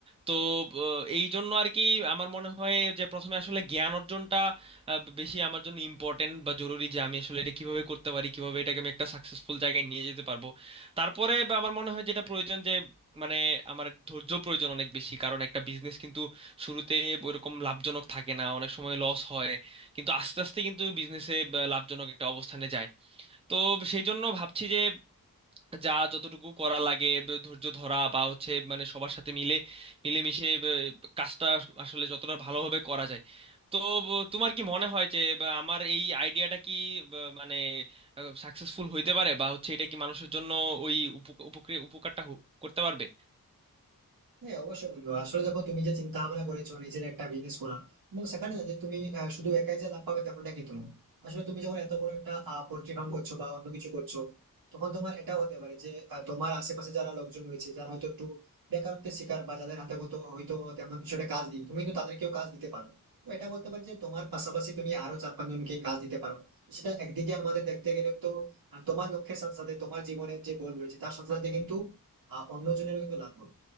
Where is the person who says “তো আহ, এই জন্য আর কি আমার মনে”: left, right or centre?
Right